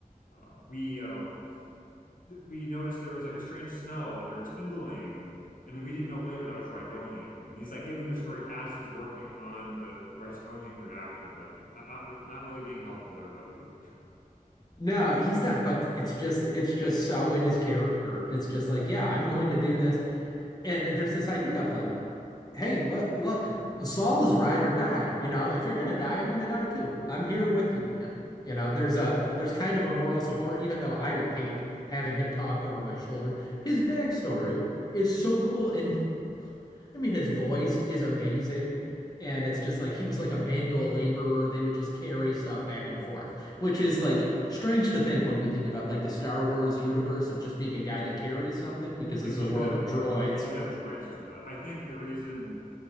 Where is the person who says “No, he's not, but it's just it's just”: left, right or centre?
Left